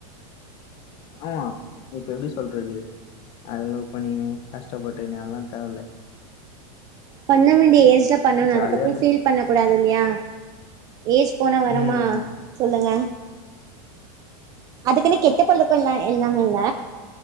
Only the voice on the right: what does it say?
பண்ண வேண்டிய ஏஜ்ல பண்ணணு
அதுக்கப்புறோ ஃபீல் பண்ண கூடாது இல்லியா ஏஜ் போனா வரமா
சொல்லுங்க அதுக்குன்னு கெட்ட பழுக்க இல்லா இல்லாம இல்ல